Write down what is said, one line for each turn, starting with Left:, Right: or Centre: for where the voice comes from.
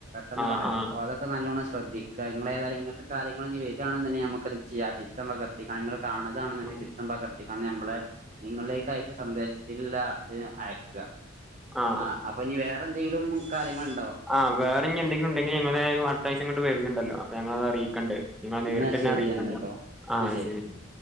Right: പെട്ടെന്ന്
Centre: ആ
Right: പടരും
Centre: ആ
Right: അപ്പൊ അതൊക്കെ നല്ലോണം ശ്രദ്ധിക്കാ നിങ്ങളെതായാലും അങ്ങനത്തെ കാര്യങ്ങൾ ഞ്ഞ് വരികണെന്ന് നമുക്ക് എന്ത് ചെയ്യാം ചിത്രം പകർത്തി ക കാണ്ണതാണെന്ന് ണ്ടെ
Centre: ആ
Right: ചിത്രം പകർത്തിക്കാണ്ട് ഞമ്മളെ നിങ്ങളിലേക്ക് അയച്ച സന്ദേശത്തില് ല്ലാ ത് അയക്കാ
Centre: ആ
Right: ആഹ് അപ്പ ഞ്ഞ് വേ റെന്തെങ്കിലും കാര്യങ്ങൾ
Centre: ആഹ് വേറഞ്ഞ് എന്തെങ്കിലുണ്ടെ ങ്കി ഞങ്ങള് അടുത്താഴ്ച ഇങ്ങട്ട് വരുന്നുണ്ടല്ലോ അപ്പോ ഞങ്ങളത് അറീക്കണ്ട്. നിങ്ങളെ നേരിട്ടെന്നെ
Right: എന്നാ ശരി
Centre: അറീക്കണ്ട്
Right: എന്നാ കേട്ടോ
Centre: ആഹ്
Right: എന്നാ
Centre: ശരി ശരി